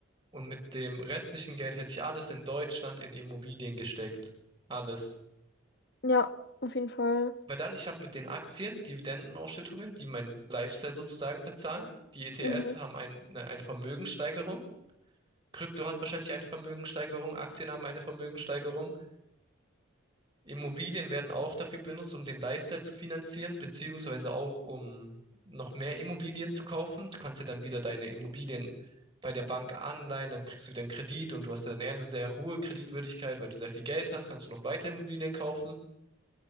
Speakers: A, on the right; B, on the left.
A: Und mit dem restlichen Geld hätte ich alles in Deutschland in Immobilien gesteckt. Alles.
B: Ja, auf jeden Fall.
A: Weil dann, ich habe mit den Aktien Dividendenausschüttungen, die mein Lifestyle sozusagen bezahlen. Die ETFs
B: Mhm.
A: haben ein, ne- eine Vermögenssteigerung. Krypto hat wahrscheinlich eine Vermögenssteigerung. Aktien haben eine Vermögenssteigerung. Immobilien werden auch dafür benutzt, um den Lifestyle zu finanzieren, beziehungsweise auch um noch mehr Immobilien zu kaufen. Du kannst ja dann wieder deine Immobilien bei der Bank anleihen, dann kriegst du wieder einen Kredit und du hast ja dann eher eine sehr hohe Kreditwürdigkeit, weil du sehr viel Geld hast, kannst du noch weitere Immobilien kaufen,